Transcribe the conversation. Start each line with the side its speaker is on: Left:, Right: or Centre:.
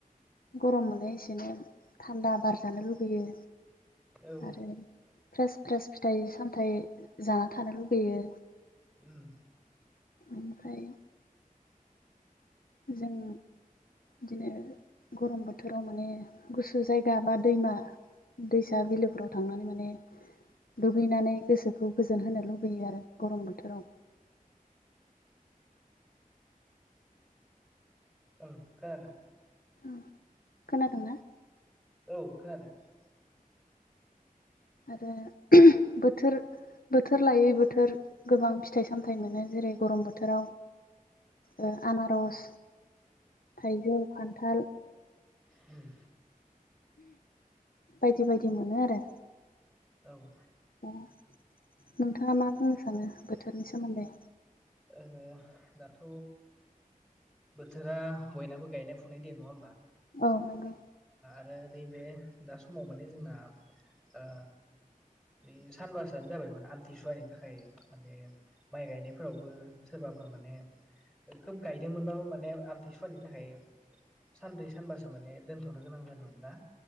Left: गरम मोनै एसेनो थान्दा बारजानो लुगैयो
Centre: औ
Left: आरो फ्रेस फ्रेस फिथाइ सामथाइ जाना थानो लुबैयो
Centre: उम
Left: ओमफ्राय जों बिदिनो गरम बोथोराव माने गुसु जायगा बा दैमा दैसा बिलोफोराव थांनानै माने दुगैनानै गोसोखौ गोजोन होनो लुबैयो आरो गरम बोथोराव
Centre: <inaudible> ओ खोनादो
Left: ओम खोनादोंना
Centre: औ खोनादो <inaudible>
Left: आरो बोथोर बोथोर लायै बोथोर गोबां फिथाइ सामथाइ मोनो जेरै गरम बोथोराव ओ आनारस थाइजौ खान्थाल
Centre: ओम
Left: बायदि बायदि मोनो आरो
Centre: औ
Left: दा नोंथाङा मा बुंनो सानो बोथोरनि सोमोन्दै
Centre: ओहो दाथ बोथोरा बयनाबो गायनाय फुनाय दिन नङा होमबा
Left: औ नोंगौ
Centre: ओ नैबे दा समाव माने जोंना ओ नै सानबासोआनो जाबायमोन आमथिसुवानि थाखाय माने माइ गायनाय फोरावबो सोरबाफोर माने खोब गायदोंमोनबाबो माने आमथिसुवानि थाखाय सानब्रै सानबासो माने दोनथ'नो गोनां जादोंमोन ना